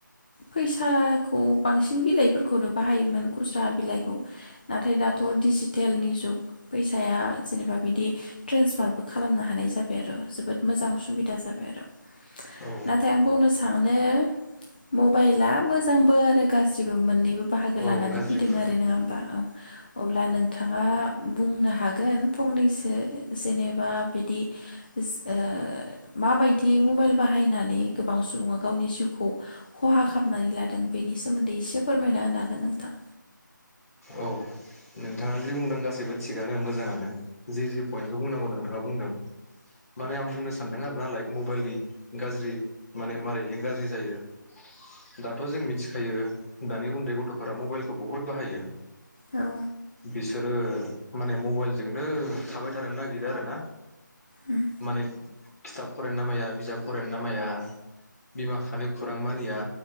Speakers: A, on the left (about 25°); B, on the left (about 45°).
A: फैसाखौ बांसिन बिलाइफोरखौनो बाहायोमोन खुस्रा बिलाइखौ नाथाय दाथ' डिजिटेलनि जुग फैसाया जेनेबा बिदि ट्रेन्सफारबो खालामनो हानाय जाबाय। बाय आरो जोबोद मोजां सुबिदा जाबाय आरो
B: औ
A: नाथाय आं बुंनो सानो मबाइला मोजांबो आरो गाज्रिबो मोननैबो। बाहागो
B: औ
A: लानानै
B: गाज्रिबो
A: फैदों आरो नोङा होमबा औ अब्ला नोंथाङा बुंनो हागोन फंनैसो जेनेबा बिदि ओ ओ माबायदि मबाइल बाहायनानै गोबां सुबुङा गावनि जिउखौ खहा खालामनानै लादों बेनि सोमोन्दै एसे फोरमायना होनो हागोन नोंथां?
B: औ नोंथाङा जि बुंदों गासैबो थिगानो मोजाङानो जि जि पइन्टखौ बुंनांगौ नोंथाङा बुंदों माने आं बुंनो सानदों आरो नालाय मबाइलनि गाज्रि माने मारैहाय गाज्रि जायो दाथ' जों मिथिखायो दानि उन्दै गथ'फोरा मबाइलखौ बुहुत बाहायो।
A: औ
B: बिसोरो माने मबाइलजोंनो थाबाय थानो नागिरो आरोना
A: उम
B: माने खिथाब फरायनो नामाया बिजाब फरायनो नामाया बिमा बिफानि खुरां मानिया